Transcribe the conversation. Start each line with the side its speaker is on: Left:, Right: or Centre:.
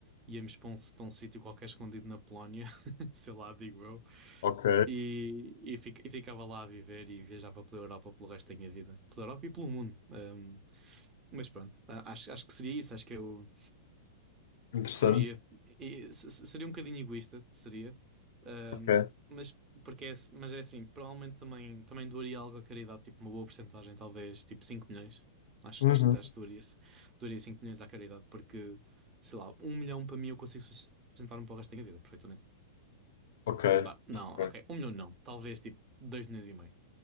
Right: Íamos para um, para um sítio qualquer escondido na Polónia, <laughs> sei lá, digo eu,
Left: Ok.
Right: e, e, fi- e ficava lá a viver e viajava pela Europa pelo resto da minha vida. Pela Europa e pelo mundo. Ahm, mas pronto, a- acho, acho que seria isso. Acho que eu
Left: Interessante.
Right: fugia. E se- se- seria um bocadinho egoísta, seria. Ahm,
Left: Ok.
Right: mas, porque é, ass- mas é assim, provavelmente também, também doaria algo à caridade, tipo uma boa porcentagem, talvez tipo 5 milhões. Acho,
Left: Uhum.
Right: acho, acho que doaria, doaria 5 milhões à caridade, porque sei lá, um milhão para mim eu consigo sustentar-me para o resto da minha vida, perfeitamente.
Left: Ok.
Right: Dá. Não,
Left: Ok.
Right: ok, um milhão não, talvez tipo 2 milhões e meio.